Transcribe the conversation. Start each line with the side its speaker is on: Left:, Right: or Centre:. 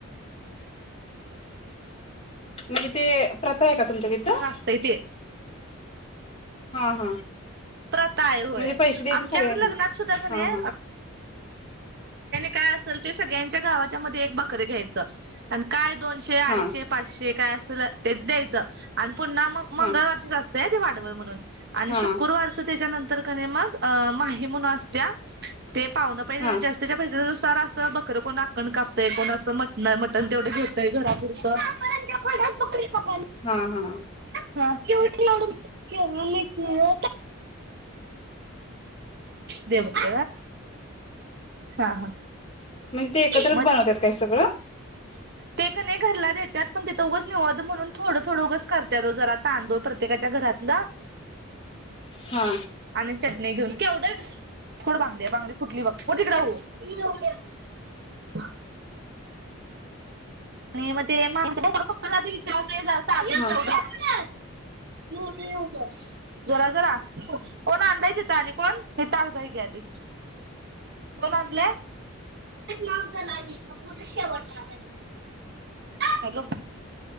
Left: म्हणजे ते प्रथा आहे का तुमच्या तिथं.
Right: दहा असतय ते
Left: हा हा.
Right: प्रथाय होय
Left: म्हणजे पैसे द्यायचे
Right: आमच्याकडे
Left: सगळ्यांना
Right: लग्नात सुद्धा का नाही.
Left: हा हा
Right: काय असेल ते सगळ्यांच्या गावाच्या म एक बकरीे घ्यायचं आणि काय दोनशे अडीचशे
Left: हा
Right: पाचशे काय असल तेच द्यायचं आणि पुन्हा मग मंगळवारची
Left: हा
Right: जा असतय ते वाडवळ म्हणून आणि
Left: हा
Right: शुक्रवारच त्याच्यानंतर कने मग अ माही म्हणू असत्या. ते पावलं पाहिजे
Left: हा
Right: जास्तच्या पाहिजे. सर असं बकरर कोण आकण कापतय कोण असं मटन आहे मटन तेवढं घेतय घरापुरतं. पखे ख
Left: हा हा
Right: हाूनव्हाट नाही. देवत हा हा
Left: म्हणजे ते एकत्रच
Right: मग
Left: बनवतात काय सगळं.
Right: ते क नाही घरला देतात पण तिथं उघं निवत म्हणून थोडं थोडं उगंच करत्यात तो जरा तांदूळ प्रत्ये प्रत्येकाच्या घरातलं.
Left: हा
Right: आणि चटणी घेऊन. वढ्याथोड बांगडे बांगडे फुटली बघ को तिकड हो. ह. आणि मग ते मा पप्पाला ज विचार नाही झाल तर
Left: हा
Right: आप च जरा जरा कोण आणायचेत आणि कोण हे टाकदाय की आधी <unintelligible> कोण लालं माग पर् शेवटला <unintelligible> हॅलो